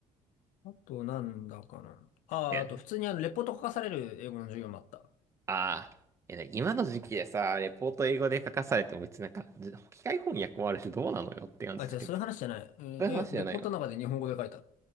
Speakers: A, on the left; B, on the right.
A: あとなんだかな。ああ、
B: で
A: あと普通にあの、レポート書かされる英語の授業もあった。
B: ああ、え、ね今の時期でさ、レポート英語で書かされても別になんか、じ機械翻訳もあるしどうなのよって感じだけど。
A: あ、じゃあそういう話じゃない。
B: そ
A: えーえレポートの中で日本語で書いた。
B: ういう話じゃないの。